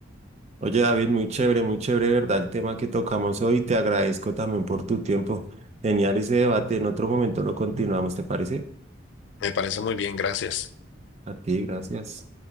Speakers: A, on the right; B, on the left.
A: Oye, David, muy chévere, muy chévere, ¿verdad? El tema que tocamos hoy, te agradezco también por tu tiempo. Genial ese debate. En otro momento lo continuamos, ¿te parece?
B: Me parece muy bien, gracias.
A: A ti, gracias.